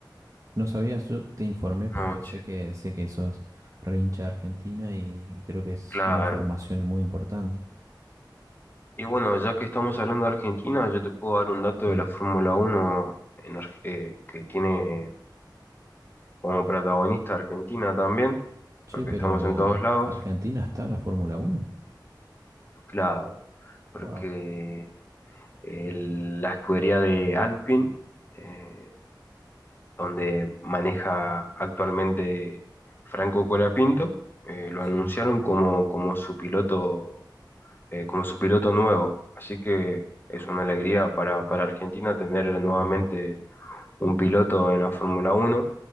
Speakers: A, on the right; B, on the left.
A: No sabías, yo te informé porque
B: No, che,
A: sé que sé que sos re hincha de Argentina y creo que es
B: claro.
A: una información muy importante.
B: Y bueno, ya que estamos hablando de Argentina, yo te puedo dar un dato
A: Sí.
B: de la Fórmula Uno en Ar- eh, que tiene como protagonista Argentina también,
A: Che,
B: porque
A: pero
B: estamos en todos lados.
A: Argentina está en la Fórmula Uno.
B: Claro, porque
A: Wow.
B: el- la escudería de Alpine, eh, donde maneja actualmente Franco Colapinto, eh, lo
A: Sí.
B: anunciaron como, como su piloto, eh, como su piloto nuevo. Así que es una alegría para, para Argentina tener nuevamente
A: Wow.
B: un piloto en la Fórmula Uno